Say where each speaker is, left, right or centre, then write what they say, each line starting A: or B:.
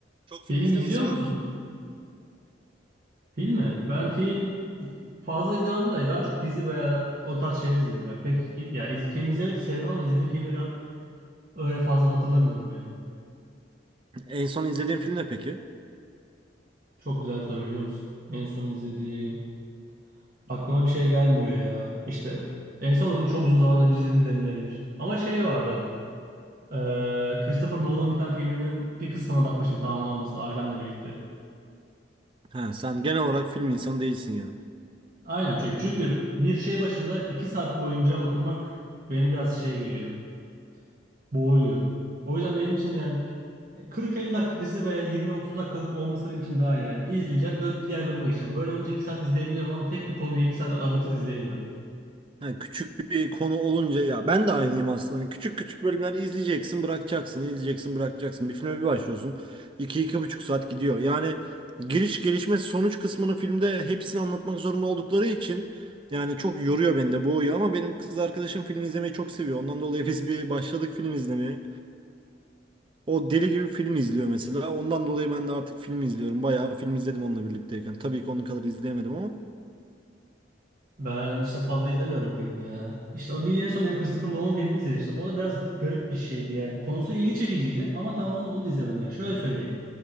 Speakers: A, on the right; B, on the right.
A: Çok
B: Film
A: film izlemeyi
B: izliyor
A: sever
B: musun?
A: misin?
B: Film mi? Ben film fazla izlemem de daha çok dizi veya o tarz şeyler izlerim ya. Pek ya iz- film izlemeyi de severim ama izlediğim filmleri öyle fazla hatırlamıyorum ya.
A: En son izlediğin film ne peki?
B: Çok güzel bir soru biliyor musun? En son izlediğim aklıma bir şey gelmiyor ya. İşte en son çok uzun zaman önce izledim denilebilir. Ama şey vardı. Eee Christopher Nolan'ın bir tane filminin bir kısmına bakmıştım tamamen olmasa da ailemle birlikte.
A: Ha, sen genel olarak film insanı değilsin yani.
B: Aynen çünkü çünkü bir şey başında iki saat boyunca oturmak beni biraz şey geliyor. boğuyor. O yüzden benim için yani 40-50 dakika dizi veya 20-30 dakikalık olması benim için daha iyi. Yani izleyeceğim, öp diğer bölüme geçeceğim. Böyle olunca 2 saat izleyebiliyorum ama tek bir konuyu 2 saat aralıksız izleyemiyorum.
A: Ha, küçük bir konu olunca ya ben de aynıyım aslında. Hani küçük küçük bölümler izleyeceksin, bırakacaksın, izleyeceksin, bırakacaksın. Bir filme bir başlıyorsun. iki iki buçuk saat gidiyor. Yani giriş, gelişme, sonuç kısmını filmde hepsini anlatmak zorunda oldukları için yani çok yoruyor beni de boğuyor ama benim kız arkadaşım film izlemeyi çok seviyor. Ondan dolayı biz bir başladık film izlemeye. O deli gibi film izliyor mesela. Ondan dolayı ben de artık film izliyorum. Bayağı film izledim onunla birlikteyken. Tabii ki onun kadar izleyemedim ama.
B: Ben işte fazla izlemiyorum film ya. İşte o bir en son benim Christopher Nolan filmi izlemiştim. O da biraz garip bir şeydi yani. Konusu ilgi çekiciydi ama tamamen onu da izlemedim yani. Şöyle söyleyeyim.